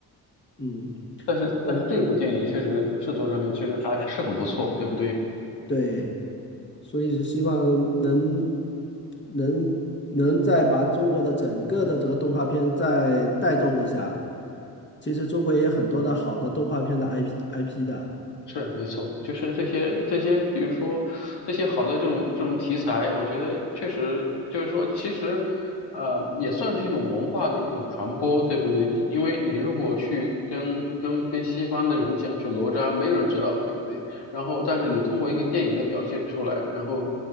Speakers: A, on the left; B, on the left.
A: 嗯，
B: 但是但是这部电影确实制作上面确实还是很不错，
A: 嗯
B: 对不对？
A: 对，所以是希望能能能再把中国的整个的这个动画片再带动一下。其实中国也有很多的好的动画片的 IP IP 的。
B: 是没错，就是这些这些，比如说这些好的这种这种题材，我觉得确实就是说，其实呃也算是一种文化的一种传播，对不对？因为你如果去跟跟跟西方的人讲去哪吒，没有人知道，对不对？然后，但是你通过一个电影的表现出来，然后